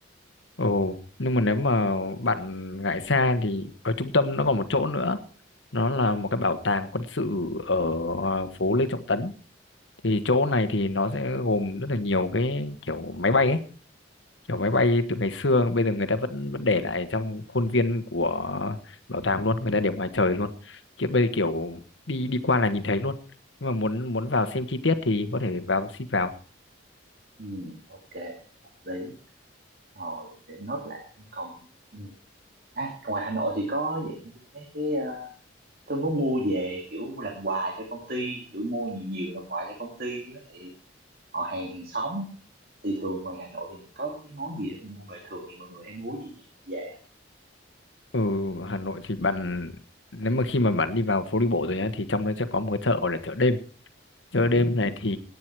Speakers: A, on the left; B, on the right.
A: Ồ, nhưng mà nếu mà bạn ngại xa thì ở trung tâm nó còn một chỗ nữa. Nó là một cái bảo tàng quân sự ở à, phố Lê Trọng Tấn. Thì chỗ này thì nó sẽ gồm rất là nhiều cái kiểu máy bay ấy. Kiểu máy bay từ ngày xưa bây giờ người ta vẫn vẫn để lại trong khuôn viên của bảo tàng luôn, người ta để ngoài trời luôn. Kiểu bây giờ kiểu đi đi qua là nhìn thấy luôn. Nhưng mà muốn muốn vào xem chi tiết thì có thể vào xin vào.
B: Ừ, ok, hợp lý. Rồi, để nốt lại cũng còn ừ. à, ngoài Hà Nội thì có dạng mấy cái ờ, tôi muốn mua về kiểu làm quà cho công ty, kiểu mua nhiều nhiều làm quà cho công ty với lại họ hàng hàng xóm á. thì thường ngoài Hà Nội thì mình có cái món gì để mình mua về thường thì mọi người hay mua gì dễ
A: Ừ, ở Hà Nội thì bạn nếu mà khi mà bạn đi vào phố đi bộ rồi nhá thì trong đó sẽ có một cái chợ gọi là chợ đêm. Chợ đêm này thì